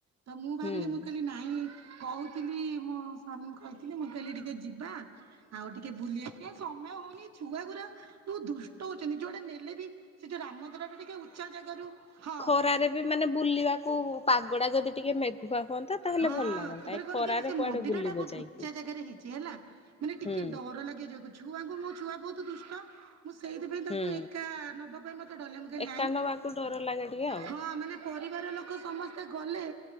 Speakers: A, on the right; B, on the left.
A: ତ ମୁଁ ଭାବିଲି
B: ହୁଁ।
A: ମୁଁ କହିଲି ନାଁ। ନାଇଁ କହୁଥିଲି ମୋ ସ୍ୱାମୀ କହିଥିଲେ ମୁଁ କହିଲି ଟିକିଏ ଯିବା। ଆଉ ଟିକିଏ ବୁଲିବାଆସିବା ସମୟ ହଉନି ଛୁଆଗୁରା ବହୁତ ଦୁଷ୍ଟ ହଉଛନ୍ତି ଯୁଆଡେ ନେଲେବି। ସେ ଯୋଉ ରାମ ମନ୍ଦିରଟା ଟିକେ ଉଚ୍ଚା ଜାଗାରୁ ହଁ।
B: ଖରାରେବି ମାନେ ବୁଲିବାକୁ ପାଗଟା ଯଦି ଟିକିଏ ମେଘୁଆ ହୁଅନ୍ତା। ତାହେଲେ
A: ହଁ
B: ଭଲ ଲାଗନ୍ତା।
A: ତାପରେ
B: ଏ
A: କଣକି
B: ଖରାରେ
A: ସେ
B: କୁଆଡେ
A: ମନ୍ଦିରଟା
B: ବୁଲିବ
A: ବହୁତ
B: ଯାଇକି
A: ଉଚ୍ଚା ଜାଗାରେ ହେଇଛି ହେଲା। ମାନେ ଟିକିଏ
B: ହୁଁ
A: ଡରଲାଗେ ଯିବାକୁ ଛୁଆଙ୍କୁ ମୋ ଛୁଆ ବହୁତ ଦୁଷ୍ଟ। ମୁଁ ସେଇଥିପାଇଁ ତାଙ୍କୁ
B: ହୁଁ।
A: ଏକା ନବାପାଇଁ ମତେ ଡରଲାଗେ ମୁଁ
B: ଏକା
A: ନାଇଁ
B: ନବାକୁ ଡର ଲାଗେ ଟିକେ ଆଉ।
A: ହଁ ମାନେ ପରିବାର ଲୋକ ସମସ୍ତେ ଗଲେ